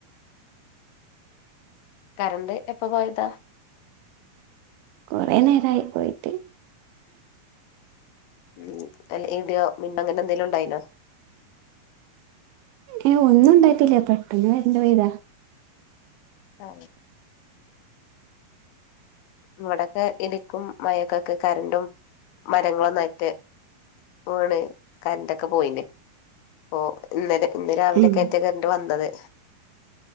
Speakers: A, on the left; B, on the right.
A: കറണ്ട് എപ്പ പോയതാ
B: കൊറെേ നേരമായി പോയിട്ട്
A: ഉം അല്ല ഇടിയോ മിന്ന അങ്ങനെ എന്തെങ്കിലും ഉണ്ടായിനോ
B: ഏ ഒന്നും ഉണ്ടായിട്ടില്ല പെട്ടെന്ന് കറന്റ്‌ പയ്താ
A: ആ ഇവിടെൊക്കെ ഇലിക്കും മഴൊക്കൊക്കെ കറൻറും മരങ്ങളും നറ്റ് ഓണ് കററൊക്കെ പോയിന് ഒ ഇന്നല ഇന്ന് രാവിലൊക്കെറ്റ
B: ഉം
A: കറൻ്റ് വന്നത്